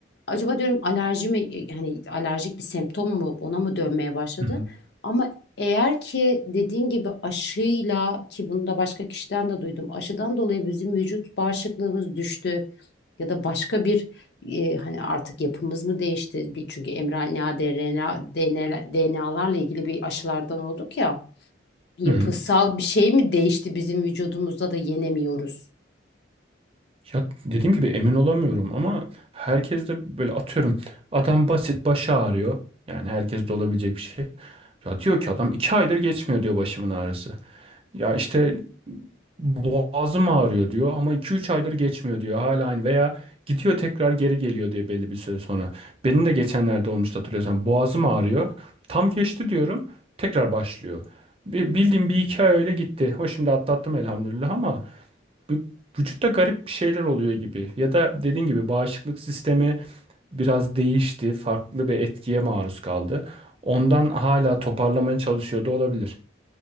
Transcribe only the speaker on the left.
acaba diyorum alerji mi yani alerjik bir semptom mu ona mı dönmeye başladı?
Ama eğer ki dediğin gibi aşıyla ki bunu da başka kişiden de duydum aşıdan dolayı bizim vücut bağışıklığımız düştü ya da başka bir e, hani artık yapımız mı değişti? Bir, çünkü mRNA, DRNA, DNA'larla ilgili bir aşılardan olduk ya yapısal
bir şey mi değişti bizim vücudumuzda da yenemiyoruz?